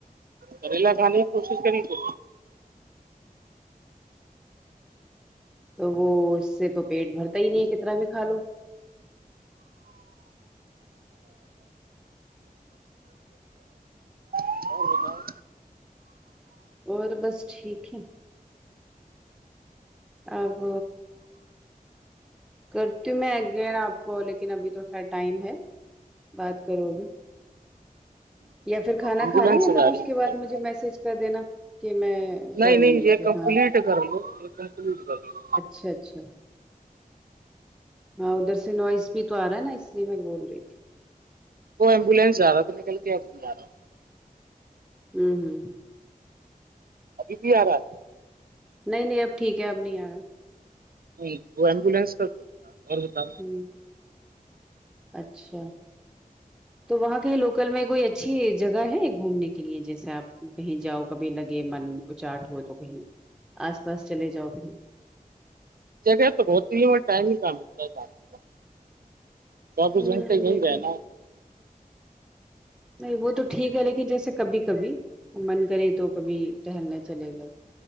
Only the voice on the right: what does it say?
کریلا کھانے کی کوشش کری تو
اور بتاؤ
ایمبولینس
سے
جا رہی
ہے
نہیں
نہیں
یہ
کمپلیٹ
کر لو یہ کمپلیٹ کر لو
وہ ایمبولینس جا تھا نکل کے آب نہیں جا رہا
ابھی بھی ا رہا ہے
نہیں وہ ایمبولینس کا تو اور بتا
جگہ تو بہتتی ہی ہے اور ٹائم ہی کہ ملتا ہے جانے کا چوبیس
گنٹےے رہا
ہے نا